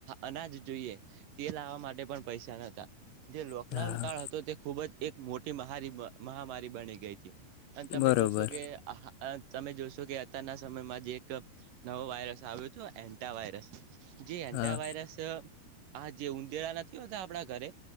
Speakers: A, on the right; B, on the left.
A: અનાજ જોઈએ તે લાવવા માટે પૈસા ન જે લોકડાઉન
B: હા
A: કાળ હતો તે ખૂબ જ એક મોટી મહારિ મહામારી બની ગઈ હતી અને તમે
B: બરોબર
A: જોશો કે તમે જોશો કે અત્યારના સમયમાં જ એક નવો વાયરસ આવ્યો હતો એન્ટા વાયરસ જે એન્ટાવાયરસ
B: હા
A: આ જે ઊંદેડા નથી હોતા આપણા ઘરે